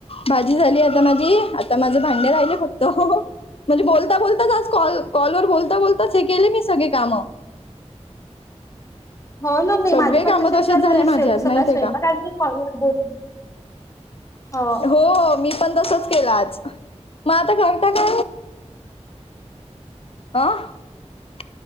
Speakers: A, on the left; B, on the left.
A: भाजी झाली आता माझी आता माझं भांड्या राहिले फक्त म्हणजे बोलता बोलताच आज कॉल कॉलवर बोलता बोलताच हे केले मी सगळे कामं
B: हो ना मी
A: सगळे
B: माझे
A: कामं
B: पण तसेच चालू
A: झाले
B: आहे
A: माझे
B: सकाळी
A: आज माहितीये
B: स्वयंपा
A: का
B: बोल हो
A: हो मी पण तसंच केलं आज मता करता का ह